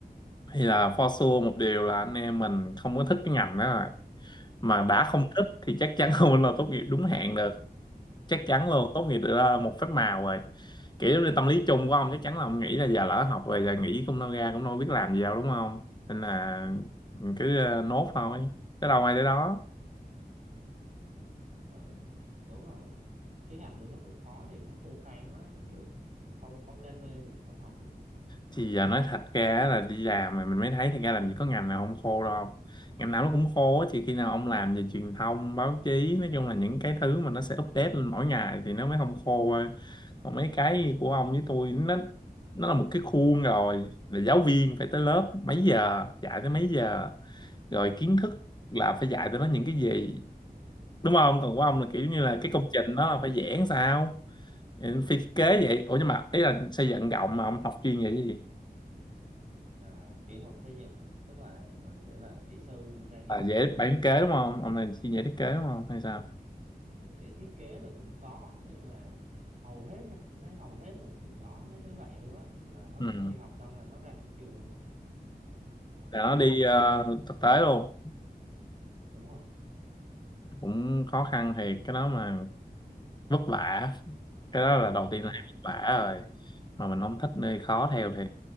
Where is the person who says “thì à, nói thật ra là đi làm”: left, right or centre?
Left